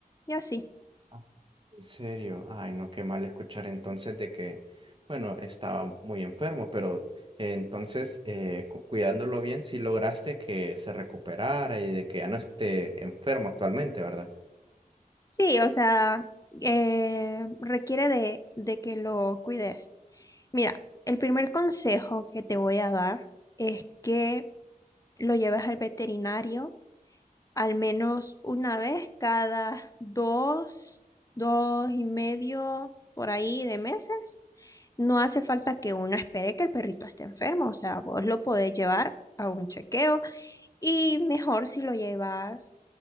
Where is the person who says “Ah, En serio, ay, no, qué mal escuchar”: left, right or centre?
Right